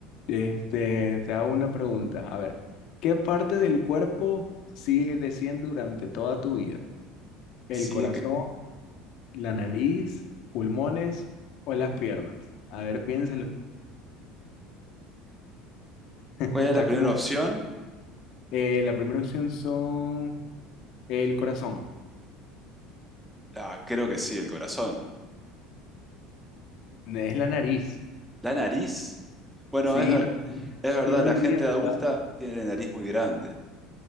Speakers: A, on the left; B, in the centre.
A: este, te hago una pregunta. A ver, ¿qué parte del cuerpo sigue creciendo durante toda tu vida? ¿El
B: Sigue
A: corazón,
B: cre-
A: la nariz, pulmones o las piernas. A ver, piénsalo. <laughs>
B: ¿Cuál
A: Está
B: es la primera
A: como
B: opción?
A: que, eh, la primera opción son el corazón.
B: Ah, creo que sí, el corazón.
A: N- Es la nariz.
B: ¿La nariz? Bueno,
A: Sí,
B: es ver-
A: la nariz.
B: es verdad,
A: ¿Quién lo
B: la
A: diría,
B: gente adulta
A: verdad?
B: tiene la nariz muy grande,